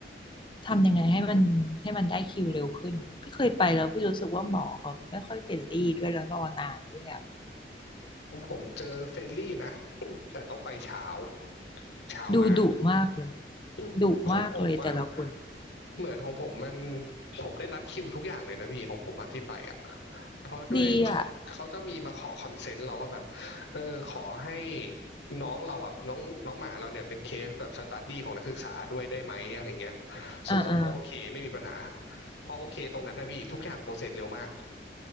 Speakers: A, on the left; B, on the left.
A: ทำยังไงให้มันให้มันได้คิวเร็วขึ้นพี่เคยไปแล้วพี่รู้สึกว่าหมอเขาไม่ค่อยเฟรนลี่ด้วยแล้วรอนานด้วยอ่ะ
B: ของผมเจอเฟรนลี่นะ <clears throat> แต่ต้องไปเช้าเช้ามาก
A: ดูดุมากเลย
B: <clears throat>
A: ดุมากเลยแต่ละคน
B: ของผมอ่ะ เหมือนของผมมันผมได้รัดคิวทุกอย่างเลยนะพี่ของผมมาที่ไปอ่ะเพราะด้วยเขาเขาจะมีมาขอคอนเซนต์เราว่าแบบ
A: ดีอ่ะ
B: เออขอให้น้องเราอ่ะน้องน้องหมาเราเนี่ยเป็นเคสแบบสตัดดี้ของนักศึกษาด้วยได้ไหมอะไรเงี้ยซึ่งผมก็โอเคไม่มีปัญหา
A: อ่าอ่า
B: พอโอเคตรงนั้นนะพี่ทุกอย่างโปรเซสเร็วมาก